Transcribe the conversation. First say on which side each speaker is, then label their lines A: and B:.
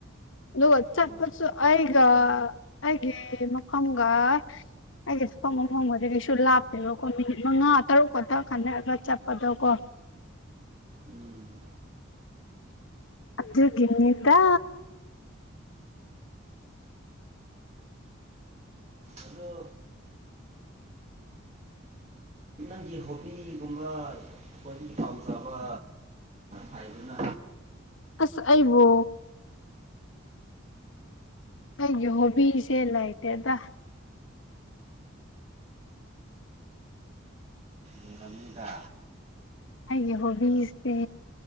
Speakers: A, on the left; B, on the right.
A: ꯗꯨꯒ ꯆꯠꯄꯠꯁꯨ
B: ꯑꯣ
A: ꯑꯩꯒ ꯑꯩꯒꯤ ꯃꯐꯝꯒ ꯑꯩꯒꯤ ꯊꯕꯛ ꯃꯐꯝꯒꯗꯤ ꯀꯩꯁꯨ ꯂꯥꯞꯇꯦꯕꯀꯣ ꯃꯤꯅꯤꯠ ꯃꯉꯥ ꯇꯔꯨꯛꯀꯛꯇ ꯈꯟꯅꯔꯒ ꯆꯠꯄꯗꯣ ꯀꯣ
B: ꯎꯝ
A: ꯑꯗꯨꯒꯤꯅꯤꯗ
B: ꯑꯗꯣ ꯅꯪꯒꯤ ꯍꯣꯕꯤꯒꯨꯝꯕ ꯈ꯭ꯋꯥꯏꯗꯒꯤ ꯄꯥꯝꯖꯕ ꯍꯥꯏꯗꯨꯅ
A: ꯑꯁ ꯑꯩꯕꯨ ꯑꯩꯒꯤ ꯍꯣꯕꯤꯁꯦ ꯂꯩꯇꯦꯗ
B: ꯂꯩꯔꯝꯅꯤꯗ
A: ꯑꯩꯒꯤ ꯍꯣꯕꯤꯁꯦ